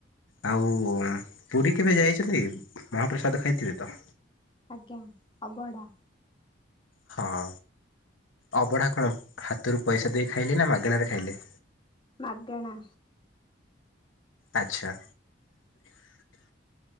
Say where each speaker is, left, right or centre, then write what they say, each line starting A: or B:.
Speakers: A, on the left (about 85°); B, on the left (about 25°).
A: ଆଉ ପୁରୀ କେବେ ଯାଇଛନ୍ତି ମହାପ୍ରସାଦ ଖାଇଥିବେ ତ?
B: ଆଜ୍ଞା ଅଵଢ଼ା।
A: ହଁ। ଅବଢା କଣ ହାତରୁ ପଇସା ଦେଇ ଖାଇଲେ ନା ମାଗଣାରେ ଖାଇଲେ?
B: ମାଗଣା।
A: ଆଚ୍ଛା।